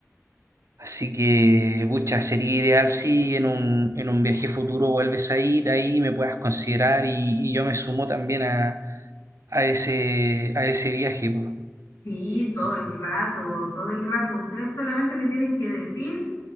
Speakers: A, on the right; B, on the left.
A: Así que, pucha, sería ideal si en un, en un viaje futuro vuelves a ir ahí, me puedas considerar y, y yo me sumo también a, a ese, a ese viaje. po.
B: Sí, todo el rato, todo el rato. Ustedes solamente me tienen que decir